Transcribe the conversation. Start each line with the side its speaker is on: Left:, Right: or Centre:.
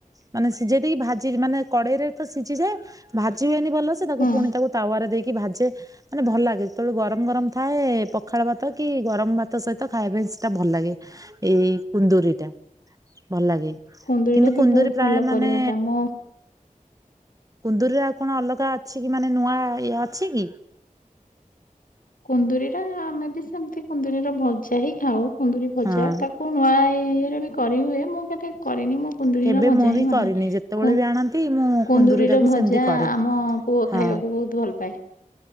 Right: ମାନେ ସିଝେଇ ଦେଇକି ଭାଜି ମାନେ କଡେଇରେ ତ ସିଝିଯାଏ। ଭାଜି ହୁଏନି ଭଲସେ। ତାକୁ
Left: ହୁଁ
Right: ପୁଣି ତାକୁ ତାୱରେ ଦେଇକି ଭାଜେ ମାନେ ଭଲ ଲାଗେ ଯେତେବେଳେ ଗରମ ଗରମ ଥାଏ। ପଖାଳ ଭାତ କି ଗରମ ଭାତ ସହିତ ଖାଇବା ପାଇଁ ସେଇଟା ଭଲ ଲାଗେ। ଏଇ କୁନ୍ଦୁରିଟା ଭଲ ଲାଗେ
Left: କୁନ୍ଦୁରିଟା
Right: କିନ୍ତୁ
Left: ବି
Right: କୁନ୍ଦୁରି
Left: ବହୁତ
Right: ପ୍ରାୟ
Left: ଭଲ
Right: ମାନେ
Left: ପରିବାଟା ମୁଁ
Right: କୁନ୍ଦୁରିରେ ଆଉ କଣ ଅଲଗା ଅଛି କି ମାନେ ନୂଆ ଇଏ ଅଛି କି?
Left: କୁନ୍ଦୁୁରିର ଆମେ ବି ସେମିତି କୁନ୍ଦୁରିର ଭଜା ହିଁ ଖାଉ। କୁନ୍ଦୁରି ଭଜା
Right: ହଁ
Left: ତାକୁ ନୂଆ ଇଏରେ ବି କରି ହୁଏ। ମୁଁ କେବେ କରିନି? ମୁଁ କୁନ୍ଦୁୁରର
Right: କେବେ
Left: ଭଜା
Right: ମୁଁ
Left: ହିଁ
Right: ବି
Left: ମାନାଏ।
Right: କରିନି ଯେତେବେଳେ
Left: କୁ-କୁନ୍ଦୁରିର
Right: ବି ଆଣନ୍ତି ମୁଁ କୁନ୍ଦୁରି ଟାକୁ
Left: ଭଜା
Right: ସେମିତି କରେ।
Left: ଆମ ପୁଅ
Right: ହଁ
Left: ଖାଇବାକୁ ବହୁତ ଭଲ ପାାଏ।